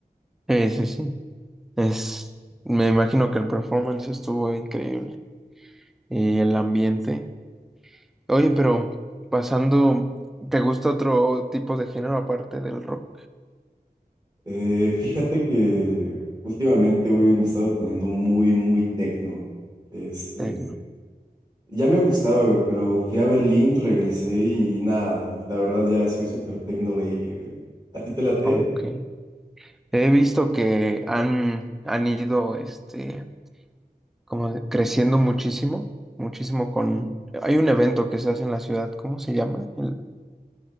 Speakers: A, in the centre; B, on the right (about 25°).
A: Ese sí, sí. es, me imagino que el performance estuvo increíble y el ambiente Oye, pero pasando, ¿te gusta otro tipo de género aparte del rock?
B: Eh, fíjate que últimamente, güey, me he estado poniendo muy, muy tecno. Este.
A: Tecno.
B: Ya me gustaba, güey, pero fui a Berlín, regresé y nada, y la verdad ya soy súper techno baby, güey. ¿A ti te late
A: Ok. He visto que han, han ido este, como de- creciendo muchísimo, muchísimo con... Hay un evento que se hace en la ciudad, ¿cómo se llama? El-